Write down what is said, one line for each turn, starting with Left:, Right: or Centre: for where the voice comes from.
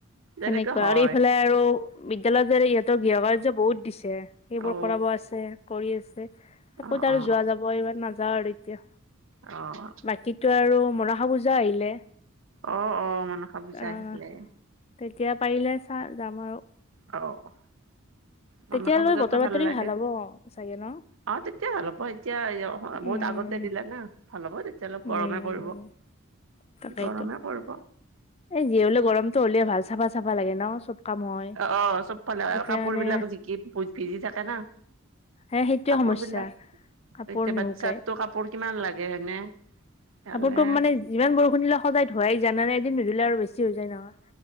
Left: সেনেকুৱা
Right: তেনেকুৱা হয়।
Left: আৰু এইফালে আৰু বিদ্যালয়ৰ যে ইহঁতৰ গৃহ কাৰ্য বহুত দিছে সেইবোৰ
Right: অ
Left: কৰাব আছে। কৰি আছে আ'ত
Right: অ
Left: আৰু
Right: অ
Left: যোৱা যাব ইমান নাযাও আৰু এতিয়া।
Right: অ'।
Left: বাকীতো আৰু মনাসা পূজা আহিলে।
Right: অ', অ', মনসা পূজা
Left: আহ
Right: আহিলে।
Left: তেতিয়া পাৰিলে চা যাম আৰু।
Right: অ'। মনসা
Left: তেতিয়া
Right: পূজাতো
Left: লৈ বতৰ বাতৰি
Right: লাগে
Left: ভাল হ'ব চাগে ন।
Right: অ', তেতিয়া ভাল হ'ব এতিয়া বহুত
Left: উম
Right: আগতে দিলা না। ভাল হ'ব তেতিয়া অলপ গৰমে
Left: উম
Right: পৰিব
Left: তাকেইতো
Right: গৰমে পৰিব।
Left: এই জি হ'লে গৰমটো হ'লে ভাল চাফ, চাফা লাগে চব। কাম হয়
Right: অ চবফালে
Left: এতিয়া
Right: কাপোৰ
Left: মানে
Right: বিলাক জিকি ভিজি থাকে না
Left: হে সেইটোৱে
Right: কাপোৰ
Left: সমস্যা
Right: বিলাক
Left: কাপোৰ
Right: এতিয়া
Left: নুশুকাই
Right: বাচ্ছাটো কাপোৰ কিমান লাগে হয়নে ইফালে
Left: কাপোৰতো মানে যিমান বৰষুণ দিলে সদায় ধোৱাই যায় নলে এদিন নুধুলে আৰু বেছি হৈ যায় নহয়